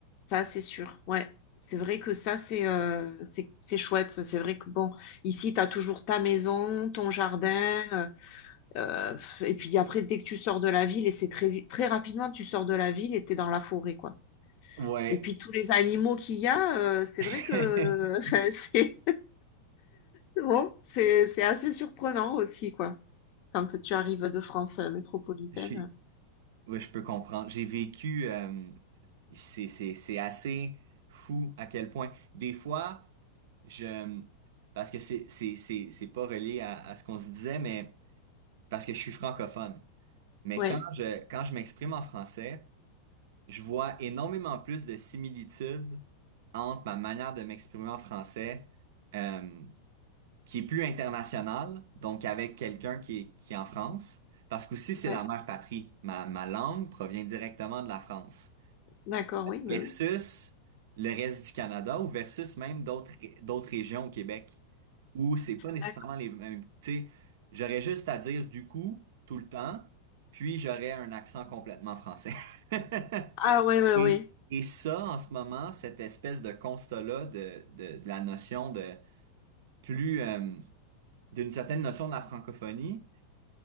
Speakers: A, on the left (about 50°); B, on the right (about 65°).
A: Ça, c'est sûr. Ouais. C'est vrai que ça, c'est euh, c'est c'est chouette. C'est vrai que bon, ici, t'as toujours ta maison, ton jardin. Euh, et puis après, dès que tu sors de la ville, et c'est très, vi- très rapidement, tu sors de la ville et t'es dans la forêt, quoi.
B: Ouais.
A: Et puis tous les animaux qu'il y a, euh, c'est
B: <laughs>
A: vrai que <laughs> c'est bon, c'est c'est assez surprenant aussi, quoi, quand tu arrives de France euh, métropolitaine.
B: J'ai- Oui, je peux comprendre. J'ai vécu, euh, c'est, c'est, c'est assez fou à quel point. Des fois, je, parce que c'est, c'est, c'est, c'est pas relié à, à ce qu'on se disait, mais parce que je suis francophone. Mais
A: Ouais,
B: quand je, quand je m'exprime en français, je vois énormément plus de similitudes entre ma manière de m'exprimer en français, euh, qui est plus international, donc avec quelqu'un qui est, qui est en France, parce qu'aussi c'est
A: ouais,
B: la mère patrie. Ma, ma langue provient directement de la France,
A: d'accord, oui, oui,
B: versus
A: oui.
B: le reste du Canada ou versus même d'autres ré- d'autres régions au Québec, où c'est pas nécessairement
A: D'accord.
B: les mêmes. Tu sais, j'aurais juste à dire du coup tout le temps, puis j'aurais un accent complètement français. <laughs>
A: Ah ouais, ouais,
B: Et,
A: ouais,
B: et ça, en ce moment, cette espèce de constat-là de, de, de la notion de plus euh, d'une certaine notion de la francophonie.